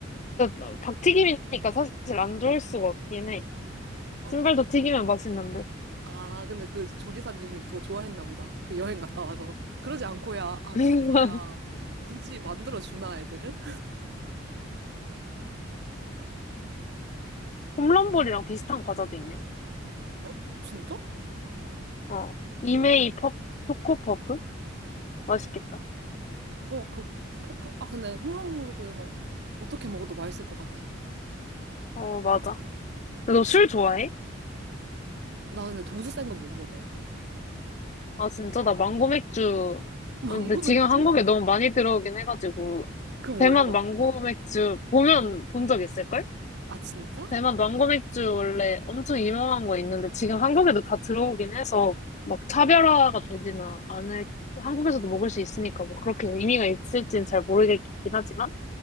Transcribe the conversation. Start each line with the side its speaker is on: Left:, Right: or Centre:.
Left: 어, 닭튀김이니까 사실 안 좋을 수가 없긴 해.
Right: 어?
Left: 신발도 튀기면 맛있는데.
Right: 아, 근데 그 조리사님이 그거 좋아했나 보다. 그 여행 갔다 와서. 그러지 않고야, 않고서야,
Left: <laughs>
Right: 굳이 만들어주나, 애들을?
Left: 홈런볼이랑 비슷한 과자도 있네.
Right: <laughs> 진짜?
Left: 어. 이메이 퍼프, 초코퍼프? 맛있겠다.
Right: 어, 그 퍼프 아 근데 홈런볼은 어, 어떻게 먹어도 맛있을 것 같아.
Left: 어, 맞아. 너 술 좋아해?
Right: 나 근데 도수 센 건 못 먹어.
Left: 아, 진짜? 나 망고 맥주.
Right: <laughs> 망고
Left: 근데 지금
Right: 맥주?
Left: 한국에 너무 많이 들어오긴 해가지고.
Right: 그 뭐야
Left: 대만
Right: 막.
Left: 망고 맥주 보면 본 적 있을걸?
Right: 아 진짜?
Left: 대만 망고 맥주 원래 엄청 유명한 거 있는데 지금 한국에도 다 들어오긴 해서 막 차별화가 되지는 않을 한국에서도 먹을 수 있으니까 뭐 그렇게 의미가 있을지는 잘 모르겠긴 하지만